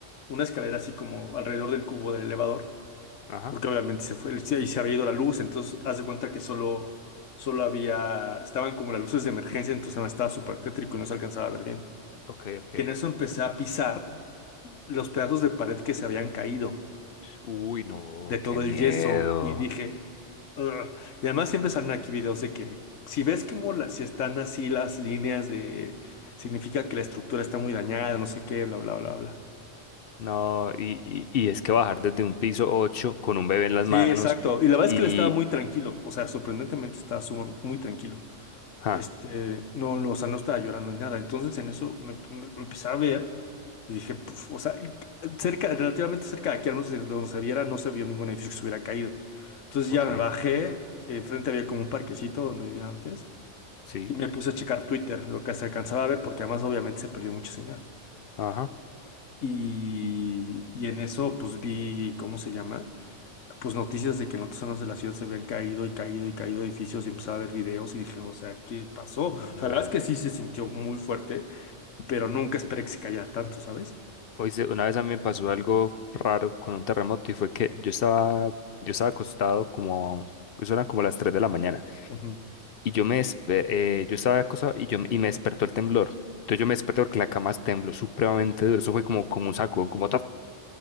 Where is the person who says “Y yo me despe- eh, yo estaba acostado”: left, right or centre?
Left